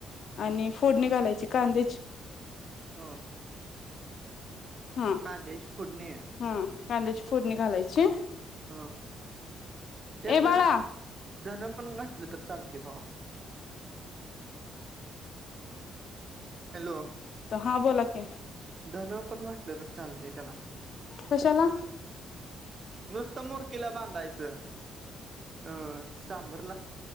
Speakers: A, on the right; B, on the left.
A: हा
B: आणि फोडणी घालायची कांद्याची.
A: हं.
B: हां.
A: कांद्याची फोडणी?
B: हं कांद्याची फोडणी घालायची
A: हं त्यात
B: ए
A: जरा
B: बाळा
A: धन पण घातलं तर चालतय बघा. हॅलो
B: हा बोला. की.
A: धन पण घातल तर चालतय त्याला.
B: कशाला
A: नुसतं मुरकीला बांधायचं अ सांभरला.